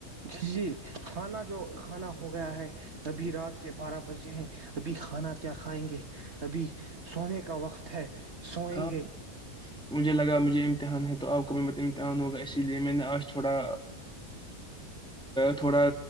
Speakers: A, on the right (about 45°); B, in the centre.
A: جی جی کھانا جو کھانا ہو ہو گیا ہے ابھی رات کے بارہ بجے ہیں ابھی کھانا کیا کھائیں گے ابھی سونے کا وقت ہے سوئیں
B: ہاں
A: گے
B: مجھے لگا امتحان ہے تو آپ کو بھی امتحان ہوگا اسی لیے میں نے آج تھوڑا تھوڑا